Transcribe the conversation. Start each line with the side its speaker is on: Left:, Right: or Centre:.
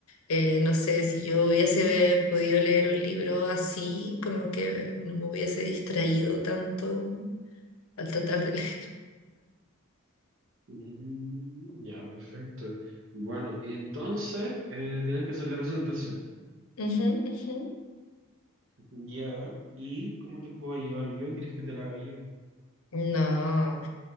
Left: eh, no sé, si yo hubiese podido leer un libro así, como que no me hubiese distraído tanto al tratar de leer.
Right: mm, ya, perfecto. Bueno, y entonces eh, tienes que hacer la presentación.
Left: Ujú, ujú.
Right: Ya. ¿Y cómo te puedo ayudar yo? ¿Quieres que te la haga yo?
Left: No,